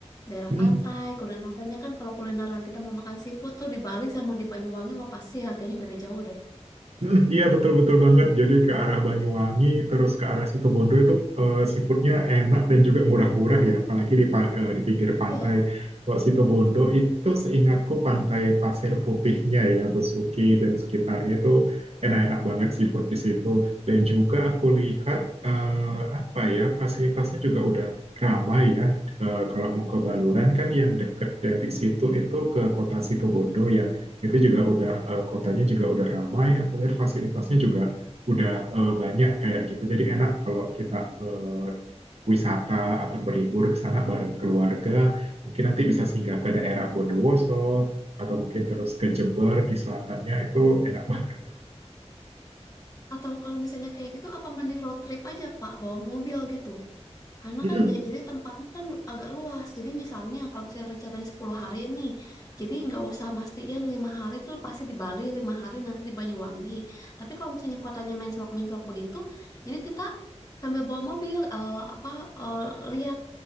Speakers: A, on the left; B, on the right.
A: Daerah
B: Hmm.
A: pantai, kulinerannya kan kalau kulineran kita mau makan seafood tuh di Bali sama di Banyuwangi wah pasti harganya beda jauh deh.
B: <laughs> Mm, Iya betul betul banget. Jadi ke arah Banyuwangi terus ke arah Situbondo itu eh, seafoodnya enak dan juga murah-murah ya, apalagi di pa- eh, di pinggir pantai.
A: Iya.
B: Kalau Situbondo itu seingatku pantai Pasir Putihnya ya, Besuki dan sekitarnya itu enak-enak banget seafood di situ. Dan juga aku lihat eh, apa ya fasilitasnya juga udah ramai ya. Eh, kalau mau ke Baluran kan yang deket dari situ itu ke kota Situbondo ya itu juga udah eh, kotanya juga udah ramai aku lihat fasilitasnya juga udah eh, banyak kayak gitu jadi enak kalau kita eh, wisata atau berlibur ke sana bareng keluarga mungkin nanti bisa singgah ke daerah Bondowoso atau mungkin terus ke Jember di selatannya itu enak banget
A: Atau kalau misalnya kayak gitu, apa mending road trip aja, Pak? Bawa mobil gitu. Karena
B: Hmm,
A: kan ja- jadi tempatnya kan lu- agak luas. Jadi misalnya kalau misalnya rencananya 10 hari nih, jadi nggak usah mastiin lima hari itu pasti di Bali, lima hari nanti di Banyuwangi. Tapi kalau misalnya kotanya mencolok-mencolok begitu, jadi kita sambil bawa mobil eh, apa eh, lihat